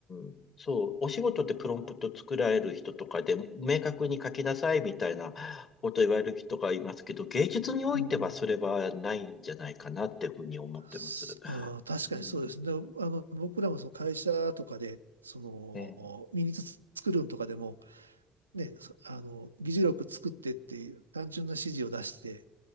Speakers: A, on the left; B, on the right.
A: ん、そう、お仕事ってプロンプト作られる人とかで、明確に書きなさいみたいなこと言われる人がいますけど、芸術においてはそれはないんじゃないかなっていうふうに思ってます。
B: うん、うんすあー、確かにそうですね。
A: うん、
B: であの、僕らもその会社とかで、その、
A: ええ、
B: ミニツ作るんとかでも、ね、あの、議事録作ってっていう単純な指示を出して、